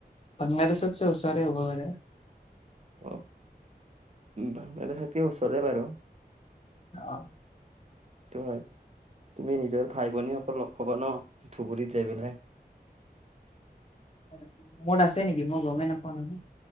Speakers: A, on the left; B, on the right.
A: বাংলাদেশতচে ওচৰে হ'ব আৰু।
B: অহ বাংলাদেশতকে ওচৰে বাৰু।
A: অঁ।
B: সেইটো হয়, তুমি নিজৰ ভাই ভনীসকল লগ পাবা ন ধুবুৰীত যায় পেলাই।
A: মোৰ আছে নেকি? মই গমেই নাপাওঁ নহয়!